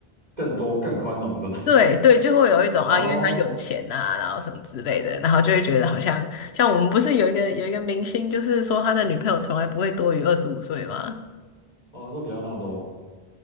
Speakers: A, on the right (about 40°); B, on the left (about 80°).
A: 更多更宽容的呢。<laughs>
B: 对对，就会有一种啊，
A: 哦
B: 因为他有钱啊，然后什么之类的，然后就会觉得好像像我们不是有一个有一个明星，就是说他的女朋友从来不会多于二十五岁吗？
A: 哦，说里奥纳多，